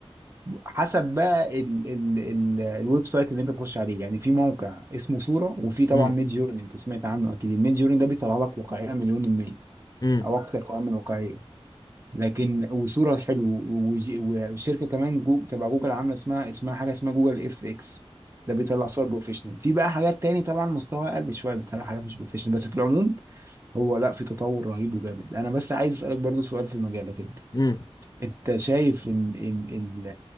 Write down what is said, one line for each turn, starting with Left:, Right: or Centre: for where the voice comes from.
Right: حسب بقى ال ال ال الويب سايت اللي انت بتخش عليه يعني في موقع اسمه صورة وفي طبعا
Left: امم
Right: ميد جورني انت سمعت عنه اكيد الميد جورني ده بيطلع لك واقعية مليون المية
Left: امم
Right: او اكتر كمان من واقعية لكن وصورة حلو وج- وشركة كمان جو تبع جوجل عاملة اسمها اسمها حاجة اسمها جوجل اف اكس ده بيطلع صور بروفيشنال في بقى حاجات تاني طبعا مستوى اقل شوية بيطلع حاجات مش بروفيشنال بس في العموم هو لا في تطور رهيب وجامد انا بس عايز اسألك برضو سؤال في المجال ده كده
Left: امم
Right: انت شايف ان ان ان